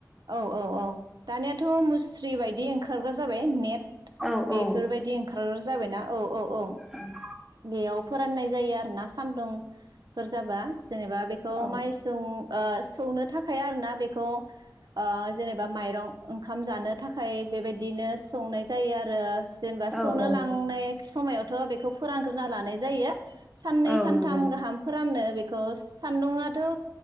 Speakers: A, on the right; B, in the centre.
A: औ। औ औ दानियाथ' मुस्रि बायदि ओंखारग्रा जाबाय नेट
B: औ
A: बेफोरबायदि।
B: औ
A: ओखार जाबायना औ औ औ।
B: ओम।
A: बेयाव फोराननाय जायो आरोना सान्दुंफोर जाबा जेनेबा बेखौ
B: औ
A: माइ। जों सौनो थाखाय आरोना बेखौ। ओ जेनेबा माइरं ओंखाम जानो थाखाय बेबायदिनो सौनाय जायो आरो। जेनेबा
B: औ
A: संनो
B: औ
A: लांनाय समायावथ' बेखौ फोरानग्रोना लानाय जायो। साननै
B: औ
A: सानथाम
B: नंगौ
A: गाहाम फोराननो बेखौ सान्दुंआथ'।